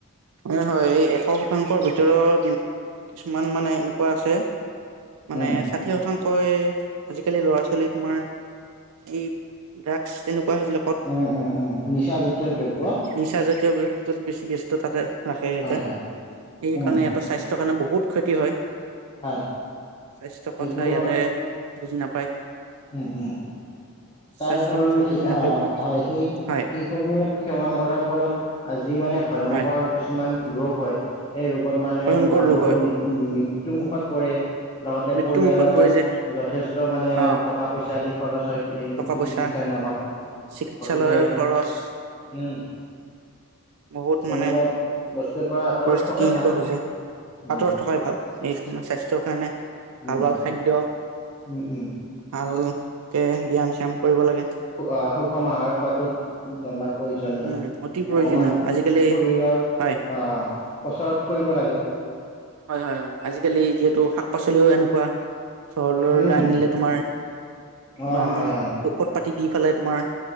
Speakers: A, on the right; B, on the left.
A: হয় হয় এই এশ শতাংশৰ ভিতৰত কিছুমান মানে এনেকুৱা আছে মানে
B: উম
A: ছাত <unintelligible> আজিকালিৰ ল'ৰা ছোৱালী তোমাৰ এই ড্ৰাগছ তেনেকুৱা সেইবিলাক
B: উম উম উম নিচা জাতীয় দ্ৰব্য
A: নিচাজাতীয় বস্তুত বেছি ব্যস্ত তাতে নাখায় সিঁহতে
B: হয় হয়
A: সেইকাৰণে
B: উম
A: ইহঁতৰ স্বাস্থ্য থৰ কাৰণে বহুত ক্ষতি হয়
B: হয়
A: স্বাস্থ্যৰ
B: সেইবোৰৰ
A: কথা ইহ‍ঁতে বুজি নাপায়
B: উম উম তাৰ
A: স্বাস্থ্যৰ
B: সলনি
A: কথা বুজি নাপায়
B: হয়
A: বোলো
B: সেই
A: হয়
B: সে সমূহ সেৱন কৰাৰ ফলত আজি মানে ভয়ংকৰ
A: হয়
B: কিছুমান ৰোগ হয় এই ৰোগত মানে
A: ভয়ংকৰ
B: মানুহটো
A: ৰোগ হয়
B: মৃত্যুমুখত পৰে লগতে
A: মৃত্যু
B: পৰিয়ালৰো
A: মুুখত পৰি যায়
B: যথেষ্ট মানে
A: অ
B: টকা পইচা আদি খৰচ হয় এই
A: টকা পইচা
B: চিকিৎসাৰ নামত
A: চিকিৎসালয়ৰ
B: গতিকে
A: খৰচ
B: উম
A: বহুত
B: তেনেকুৱা
A: মানে।
B: <inaudible>
A: পৰিস্থিতি এনেকুৱা
B: ভাল
A: হৈ যায়,
B: উম
A: আঁতৰত থকাই ভাল এই মানে স্বাস্থ্যৰ কাৰণে ভাল
B: উম
A: ভাল খাদ্য
B: উম, উম।
A: ভালকে ব্যয়াম-চ্যাম কৰিব লাগে।
B: আ, সুষম আহাৰ খোৱাতো আমাৰ প্ৰয়োজনীয়,
A: উম অতি প্ৰয়োজনীয়
B: অকমান
A: আজিকালি
B: শৰীৰৰ
A: হয়
B: অ, অ', কচৰৎ কৰিব লাগে।
A: হয়, হয়, হয়, আজিকালি যিহেতু শাক পাচলিও এনেকুৱা। চহৰলৈ
B: উম
A: আনিলে তোমাৰ ইমান
B: অ হয় হয়
A: ঔষধ-পাতি দি পেলাই তোমাৰ।